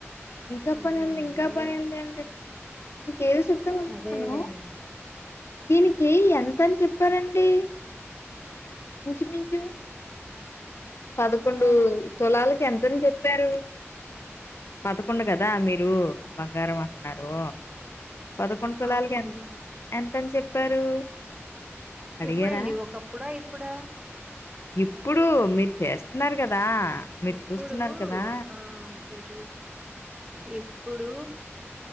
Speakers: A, on the left (about 65°); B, on the right (about 20°).
A: ఇంకా
B: ఉమ్,
A: పనింది
B: నిజమేనే
A: ఇంకా పనింది ఏ ఏదో చెప్తాం అనుకున్నాను
B: అదేలేండి
A: దీనికి ఎంతని చెప్పారండి ఇంచుమించు పదకొండు
B: ఆ
A: తొలాలకి ఎంత అ చెప్పారు పదకొండు కదా మీరు బంగారం అంటున్నారు పదకొండు తులాలకి
B: అవునండి
A: ఎ ఎంత అతని చెప్పారు అడిగారా
B: ఎప్పుడంండి ఒకప్పుడా ఇప్పుడా
A: ఇప్పుడు మీరు చేస్తున్నారు కదా మీరు
B: ఇప్పుడు
A: చూస్తున్నారు కదా
B: ఆ ఇప్పుడు చూ ఇప్పుడు